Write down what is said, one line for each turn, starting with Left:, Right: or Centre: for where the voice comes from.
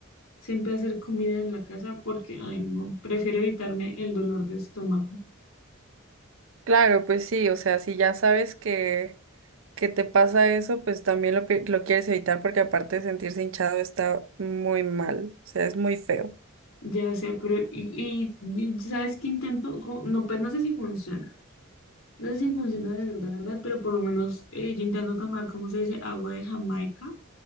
Left: siempre hacer comida en la casa porque, ay, no, prefiero evitarme el dolor de estómago.
Right: Claro, pues sí, o sea, si ya sabes que, que te pasa eso, pues también lo, pi- lo quieres evitar porque aparte de sentirse hinchado está muy mal, o sea, es muy feo.
Left: Ya sé, pero y, y- y sabes que intento, Co- no, pues no sé si funciona, no sé si funciona de verdad, verdad, pero por lo menos eh, yo intento tomar, ¿cómo se dice? Agua de Jamaica